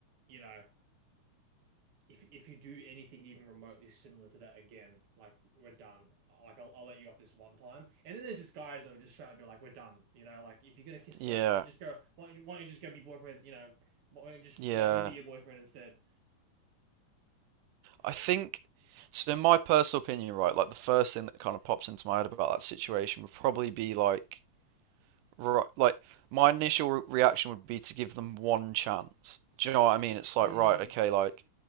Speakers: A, on the right (about 45°); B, on the right (about 80°).
A: you know, if if you do anything even remotely similar to that again, like we're done. Like I'll I'll let you off this one time. And then there's just guys that are just trying to be like, we're done. You know, like if you're gonna kiss,
B: Yeah,
A: like you just go. Why don't you, why don't you just go be boyfriend? You know, why don't you just
B: yeah.
A: let him be your boyfriend instead?
B: I think so in my personal opinion, right, like the first thing that kind of pops into my head about that situation would probably be like right, like my initial re- reaction would be to give them one chance. Do you know what I mean? It's like
A: Mm,
B: right, okay, like